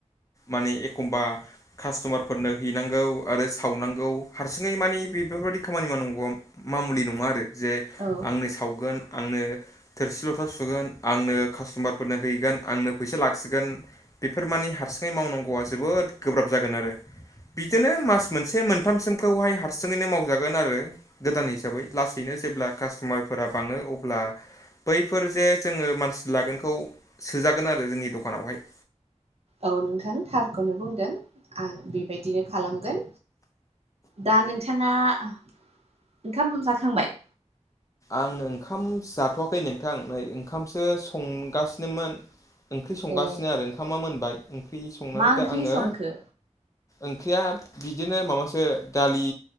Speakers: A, on the left; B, on the right.
A: माने एखमबा कास्ट'मारफोरनो हैनांगौ आरो सावनांगौ हारसिङै मानि बेफोरबायदि खामानि मावनांगौआ मामुलि नङा आरो जे
B: औ
A: आंनो सावगोन आंनो थोरसि लथा सुगोन आंनो कास्ट'मारफोरनो हैगोन आंनो फैसा लाखिगोन। बेफोर मानि हारसिङै मावनांगौआ जोबोद गोब्राब जागोन आरो। बिदिनो मास मोनसे मोनथामसिमखौहाय हारसिङैनो मावजागोन आरो गोदान हिसाबै। लासैनो जेब्ला कास्ट'मारफोरा बाङो अब्ला बैफोर जे जोङो मानसि लागोनखौ सोजागोन आरो जोंनि दखानावहाय।
B: औ नोंथां थारखौनो बुंदों आं बेबायदिनो खालामगोन। दा नोंथाङा ओंखाम जाखांबाय?
A: आं ओंखाम जाथ'वाखै नोंथां नै ओंखामसो संगासिनोमोन। ओंख्रि संगासिनो
B: ए
A: आरो ओंखामा मोनबाय ओंख्रि संनानै
B: मा ओंख्रि
A: दा आङो
B: संखो
A: ओंख्रिया बिदिनो माबासो दालि